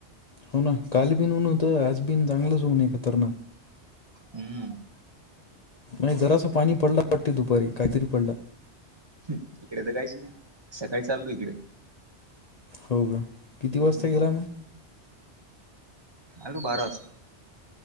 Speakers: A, on the left; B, on the right.
A: हो ना काल बिन ऊन होतं आज बि चांगलंच ऊनय खतरनाक
B: हम्म.
A: आणि जरास पाणी पडला वाटते दुपारी काहीतरी पडला.
B: इकडे तर काहीच नाही सकाळी चालतू इकडे
A: हो का किती
B: हम्म
A: वाजता गेला मग
B: आलो बारा वाजता